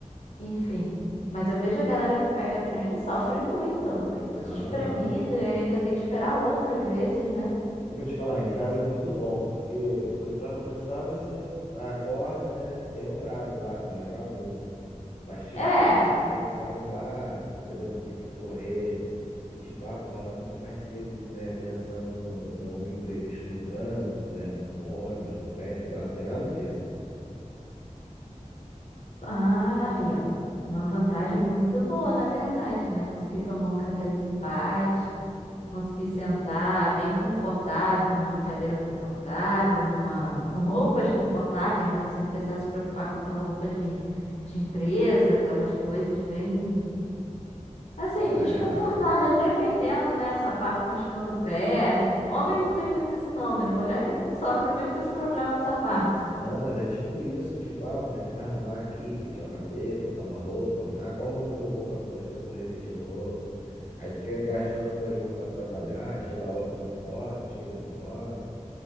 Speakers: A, on the left; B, on the left.
A: enfim. Mas eu vejo a galera que pega trem e sofre muito. Foi tudo
B: Não,
A: espremido
B: não.
A: e ainda tem que esperar outras vezes, né?
B: Eu vou te falar, em casa é muito bom, porque para começar você acorda, né? Tem horário, claro, não é bagunça. Mas tipo,
A: É.
B: não tem que se arrumar, entendeu? Não tem que correr. E tipo, ah, vou acordar muito mais cedo, né? Pensando em algum imprevisto no trânsito, né? No ônibus, no trem, sei lá, não tem nada disso.
A: Ai, ó. Uma vantagem muito boa, na verdade, né? Conseguir tomar um cafezinho em paz. Consegui sentar bem confortável, numa cadeira confortável, numa... com roupas confortáveis, né? Sem precisar se preocupar com aquela roupa de, de empresa, aquelas coisas bem, assim,
B: Não,
A: desconfortáveis,
B: é, pô.
A: dependendo, né? Sapato machucando o pé. Homem não tem muito isso não, né? Mulher que sofre muito com esse problema de sapato.
B: Não, mas é tipo isso, tipo, ah, vou ter que me arrumar aqui, pentear o cabelo, botar uma roupa. Ah, qual roupa que eu vou pra não parecer que eu tô repetindo roupa? Aí tu fica gastando as tuas roupas pra trabalhar, aí chega lá, bota o uniforme, tira o uniforme,